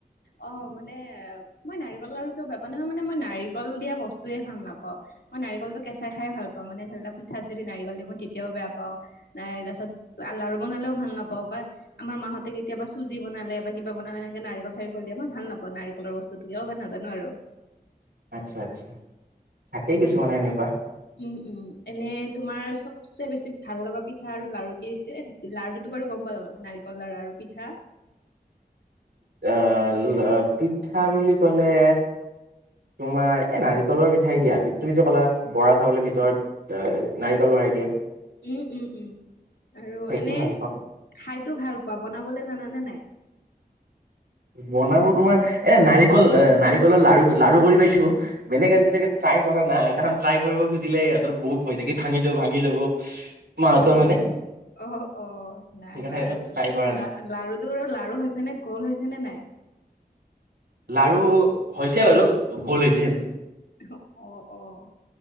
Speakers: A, on the left; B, on the right.
A: অঁ, মানে। মই নাৰিকলৰ লাৰু কিয় বেয়া, নহয় মানে মই নাৰিকল দিয়া বস্তুৱেই ভাল নাপাওঁ মই নাৰিকলটো কেঁচাই খাই ভাল পাওঁ মানে ধৰি লওক পিঠাত যদি নাৰিকল দিওঁ মই তেতিয়াও বেয়া পাওঁ নাই, তাৰ পিছত আ লাৰু বনালেও ভাল নাপাবও পাৰে। আমাৰ মাঁ হতে কেতিয়াবা চুজি বনালে বা কিবা বনালে এনেকে নাৰিকল- চাৰিকল দিয়া মই ভাল নাপাও নাৰিকলৰ বস্তুটো কিয় বা নাজানো আৰু।
B: আচ্ছা আচ্ছা থাকেই কিছু
A: উম
B: মান এনেকুৱা!
A: উম, উম এনে তোমাৰ চব! চবচে বেছি ভাল লগা পিঠা আৰু লাৰু কি? <unintelligible> লাৰুটো বাৰু গম পালো, নাৰিকল লাৰু আৰু পিঠা!
B: আহ অ পিঠা বুলি ক'লে তোমাৰ এ নাৰিকলৰ পিঠাই দিয়া তুমি যে ক'লা বৰা চাউলৰ ভিতৰত। <unintelligible> নাৰিকল ভৰাই দিয়ে।
A: উম, উম উম আৰু
B: সেইটো
A: এনে
B: ভাল পাওঁ
A: খাইতো ভাল পোৱা, বনাবলে জানানে নাই?
B: বনাব তোমাৰ এ নাৰিকল এ নাৰিকলৰ লাড়ু লাড়ু কৰি পাইছোঁ। বেলেগ আজিলৈকে ট্ৰাই কৰা নাই কাৰণ ট্ৰাই কৰিব খুজিলে সিহঁতৰ বহুত ভয় থাকে, ভাঙি যাব -ভাঙি যাব। মাহঁতৰ
A: অ,
B: মানে
A: অ অ নাই
B: সেইকাৰণে
A: লাৰুটো
B: ট্ৰাই কৰা নাই
A: লা! লাৰুটোৰ লাৰু হৈছেনে গোল হৈছে নে নাই?
B: লাৰু হৈছে বাৰু, গোল হৈছিল।
A: অ, অ- অ